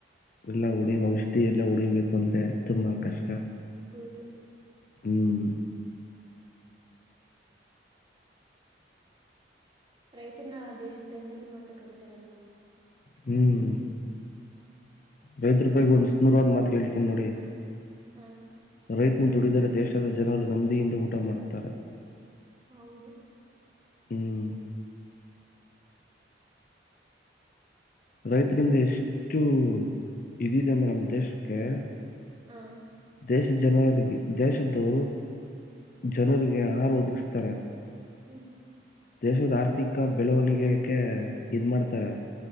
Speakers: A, on the left; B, on the right.
A: ಎಲ್ಲ ಹೊಡಿ ಔಷಧಿ ಎಲ್ಲ ಹೊಡಿಬೇಕು ಅಂದ್ರೆ ತುಂಬಾ ಕಷ್ಟ.
B: ಹೌದು.
A: ಹ್ಮ್.
B: ರೈತರನ್ನ ದೇಶದ ಬೆನ್ನೆಲುಬು ಅಂತ ಕರಿತಾರಲ್ವಾ.
A: ಹ್ಮ್. ರೈದ್ರ ಬಾಯ ಒಂದ್ ಸುಂದರವನ್ ಮಾತತ್ ಹೇಳ್ತೀನ್ಿ ನೋಡಿ.
B: ಹ
A: ರೈತನು ದುಡಿಯದ ದೇಶನೇ ಜನರು ನದಿಯಿಂದ ಊಟ ಮಾಡುತ್ತಾರೆ
B: ಹೌದು
A: ಹ್ಮ್ ರೈತರಿಂದ ಎಷ್ಟು ಇದಿದೆ ಅಂದ್ರೆ ನಮ್ಮ ದೇಶಕ್ಕೆ
B: ಹಾ
A: ದೇಶದ ಜನರಿಗೆ ದೇಶದ್ದು
B: ಹ್ಮ್
A: ಜನರಿಗೆ ಆಹಾರ ಒದಗಿಸತಾರೆ
B: ಹ್ಮ್
A: ದೇಶದ ಆರ್ಥಿಕ ಬೆಳವಣಿಗೆಕ್ಕೆ ಇದ್ ಮಾಡ್ತಾರೆ